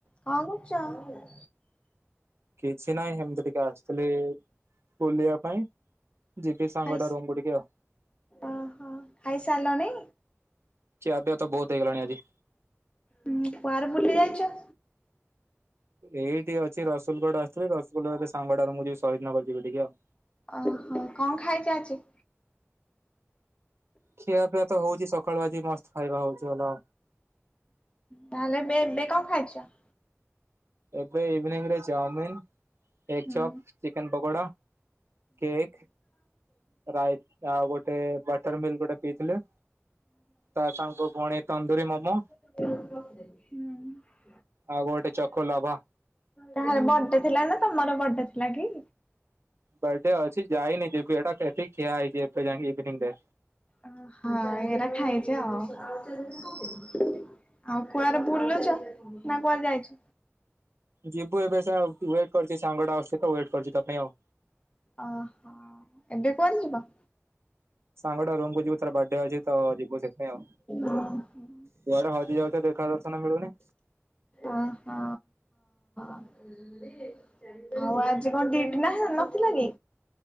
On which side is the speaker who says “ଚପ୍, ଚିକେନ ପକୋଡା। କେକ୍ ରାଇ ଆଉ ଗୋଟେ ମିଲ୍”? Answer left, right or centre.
Right